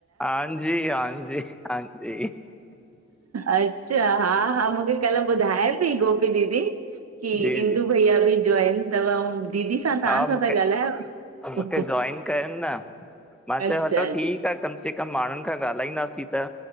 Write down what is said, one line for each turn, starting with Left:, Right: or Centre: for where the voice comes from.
Centre: हां जी, हां जी, हां जी
Right: अच्छा, हा, हा मूंखे कल्ह ॿुधाए पई गोपी दीदी
Centre: हां
Right: की
Centre: जी
Right: इंदू
Centre: जी जी
Right: भईया बि जॉइन थव ऐं दीदी सां तव्हां
Centre: हा
Right: सां
Centre: मूंखे
Right: त ॻाल्हायो।
Centre: मूंखे जॉइन कयनि न मां चवां
Right: अच्छा
Centre: तो ठीक आ कम से कम माण्हुन खां ॻाल्हाईंदासीं त।